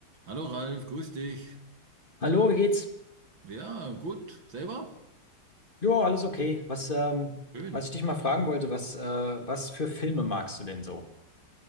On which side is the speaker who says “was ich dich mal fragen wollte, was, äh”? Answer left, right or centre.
Left